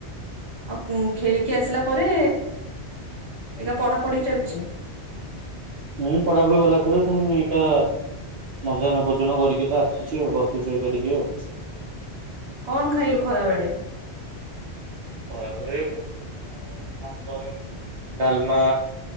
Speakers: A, on the right; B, on the right.
A: ଆଉ ଖେଳିକି ଆସିଲା ପରେ ଏକା ପଢାପଢି ଚାଲିଛି।
B: ହୁଁ ପଢାପଢି କଲା ପରେ ପୁଣି ଏଇକା ମଧ୍ୟାହ୍ନ ପର୍ଯ୍ୟନ୍ତ କରିକି ତ ଆସିଛୁ ଆଉ ବସିଛୁ ଏଇକା ଟିକେ ଆଉ।
A: କଣ ଖାଇଲୁ ଖରାବେଳେ?
B: ଖରାବେଳେ ଘରେ ହେଇଥିଲା ଭାତ, ଡାଲମା